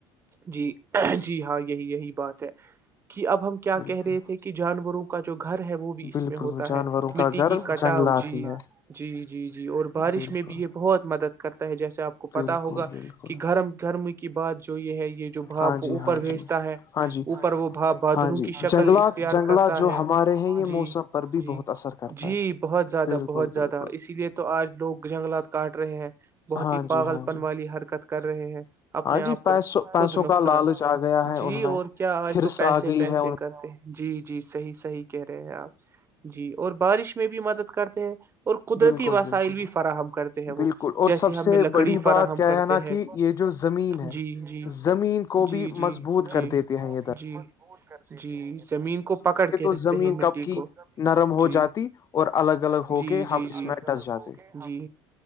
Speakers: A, on the right; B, on the left.
A: جی جی ہاں یہی یہی بات تو کہ اب ہم کیا
B: بالکل
A: کہہ رہے تھے کہ جانوروں کا جو گھر ہے وہ بھی اس
B: بالکل
A: ہوتا
B: جانوروں
A: ہے مٹی
B: کا گھر
A: کی کٹاؤ
B: جنگلات
A: جی
B: ہی ہے
A: جی جی جی اور بارش
B: بالکل
A: میں بھی یہ بہت مدد <inaudible> جیسے آپ کو پتا
B: بالکل
A: ہوگا
B: بالکل
A: کہ گھرم گھرمی کی بعد جو یہ ہے یہ جو بھاپ
B: ہاں جی
A: اوپر
B: ہاں
A: بھیجتا
B: جی
A: ہے
B: ہاں
A: اوپر
B: جی
A: وہ بھاپ بادلوں
B: ہاں جی
A: کی شکل
B: جنگلات
A: اختیار
B: جنگلات
A: کرتا
B: جو
A: ہے
B: ہمارے ہیں یہ
A: جی
B: موسم پر بھی
A: جی
B: بہت اثر کرتا
A: جی
B: ہے
A: بہت زیادہ
B: بالکل
A: بہت زیادہ
B: بالکل
A: اسی لیے تو آج لوگ جنگلات کاٹ رہے ہیں بہت
B: ہاں
A: ہی
B: جی
A: پاگلپن
B: ہاں جی
A: والی حرکت کر رہے ہیں اپنے
B: ہاں
A: آپ
B: جی پیسوں
A: پر
B: پیسوں
A: خود نقصان
B: کا لالچ آ گیا ہے
A: جی
B: ان میں
A: اور کیا آج
B: ہرس
A: تو پیسے
B: آ گئی
A: پیسے
B: ہے ان
A: کرتے ہیں جی جی صحیح صحیح کہہ رہے ہیں آپ جی اور بارش میں بھی مدد کرتے ہیں اور قدرتی
B: بلکل
A: وسائل
B: بلکل
A: بھی فراہم کرتے ہیں
B: بلکل
A: وہ
B: اور
A: جیسے
B: سب
A: ہمیں
B: سے
A: لکڑی
B: بڑی
A: فراہم
B: بات کیا
A: کرتے
B: ہے نہ
A: ہیں
B: کہ یہ جو زمین ہے
A: جی جی
B: زمین کو
A: جی
B: بھی
A: جی
B: مضبوط
A: جی
B: کر دیتے ہیں یہ در
A: جی جی زمین کو پکڑ کے رکھتے
B: زمین
A: ہیں مٹ
B: کب
A: جی
B: کی نرم ہو جاتی اور الگ الگ
A: جی
B: ہو کے
A: جی
B: ہم اس
A: جی
B: میں ڈس جاتے
A: جی